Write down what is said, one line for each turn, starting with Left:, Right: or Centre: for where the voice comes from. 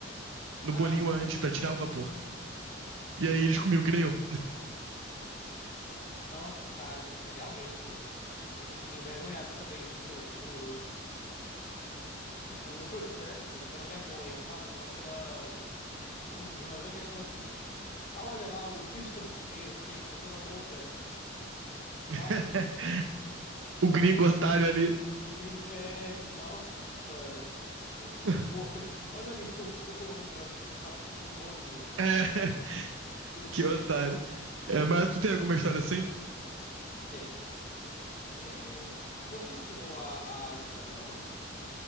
Right: no
Left: Ah.
Right: bolinho antes pra tirar o vapor. E aí eles comiam, que nem eu.
Left: Nossa, cara, que realmente me sentiria envergonhado também, viu? Juro. Tipo, <laughs> né? Tipo, pela vergonha, sabe? Não pela. <laughs> Mas é uma questão assim. Ah, olha lá o, <laughs> o estrangeiro queimando toda a boca,
Right: <laughs>
Left: sabe?
Right: O gringo otário ali.
Left: O gringo. É, nossa!
Right: <laughs>
Left: O homem- <laughs> olha ali o, o homem branco que não sabe comer um bolinho
Right: É,
Left: desse
Right: que
Left: jeito.
Right: otário. É, mas tu tem alguma história assim?
Left: Tenho. É, você já chegou a, a ir para Milão?